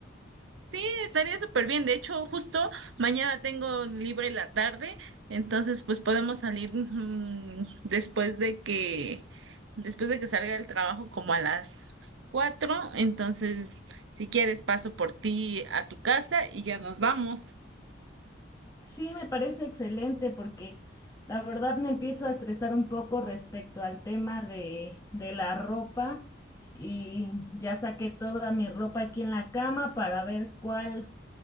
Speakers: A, on the right (about 85°); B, on the left (about 15°).
A: Sí, estaría súper bien. De hecho, justo mañana tengo libre la tarde, entonces pues podemos salir mm, después de que después de que salga del trabajo como a las cuatro. Entonces, si quieres, paso por ti a tu casa y ya nos vamos.
B: Sí, me parece excelente porque la verdad me empiezo a estresar un poco respecto al tema de, de la ropa y ya saqué toda mi ropa aquí en la cama para ver cuál,